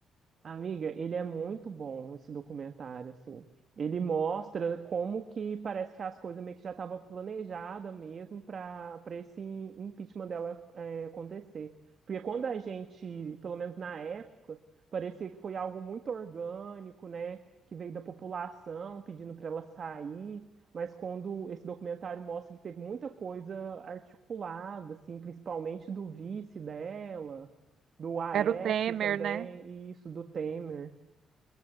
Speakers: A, on the right; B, on the right.
A: Amiga, ele é muito bom, esse documentário, assim. Ele mostra como que parece que as coisas meio que já estavam planejadas mesmo para para esse impeachment dela é, acontecer. Porque quando a gente, pelo menos na época, parecia que foi algo muito orgânico, né? Que veio da população pedindo para ela sair. Mas quando esse documentário mostra que teve muita coisa articulada, assim, principalmente do vice dela do Aécio
B: Era o Temer,
A: também,
B: né?
A: e isso do Temer.